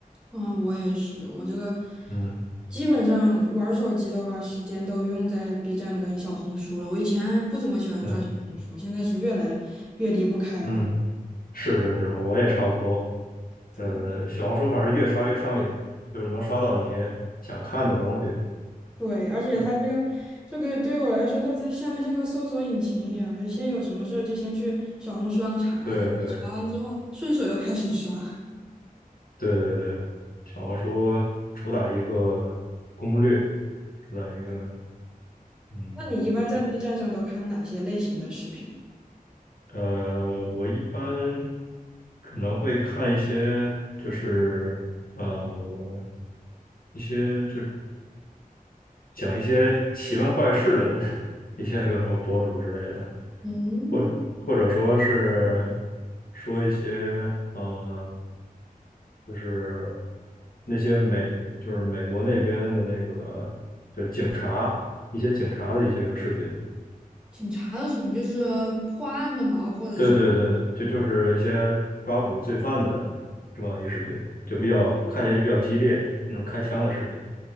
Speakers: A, in the centre; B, on the left (about 70°).
A: 嗯，我也是，我这个
B: 嗯
A: 基本上玩儿手机的话，时间都用在 B 站跟小红书了。我以前还不怎么喜欢刷小红书，
B: 嗯
A: 现在是越来越离不开了。
B: 嗯，是是是，我也差不多。
A: 对
B: 呃，小红书反正越刷越上瘾，就是能刷到你想看的东西。
A: 对，而且它这个这个对于我来说，
B: 嗯，
A: 它是像像个搜索引擎一样，就先有什么事儿就先去小红书上查一下，
B: 对对
A: 然后查完之后顺手又开始刷。
B: 对对对，小红书主打一个攻略，主打一个
A: 我，
B: 嗯。
A: 那你一般在
B: 叫
A: B 站上都看哪些类型的视频？
B: 呃，我一般可能会看一些，就是呃，一些就讲一些奇闻怪事的 <laughs> 一些个什么博主之类的，
A: 嗯，
B: 或者或者说是说一些呃，就是那些美就是美国那边的那个就警察一些警察的一些个视频，
A: 警察的视频就是破案的嘛，或者是。
B: 对对对，这就是一些抓捕罪犯的是吧？一视频就比较看起来就比较激烈，
A: 嗯，
B: 那种开枪的视频。